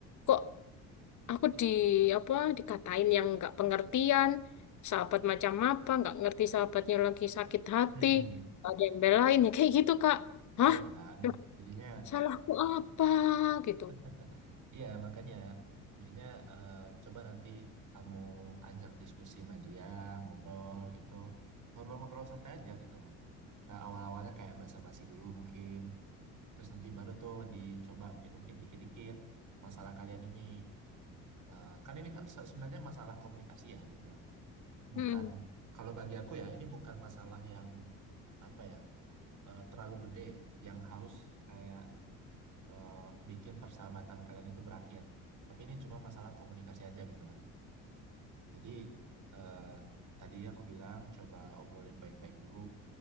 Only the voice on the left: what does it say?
kok aku di apa dikatain yang nggak pengertian, sahabat macam apa, nggak ngerti sahabatnya lagi sakit hati,
nggak ada yang belain ya kayak gitu Kak. Hah?
Loh,
salahku apa gitu?
Mm.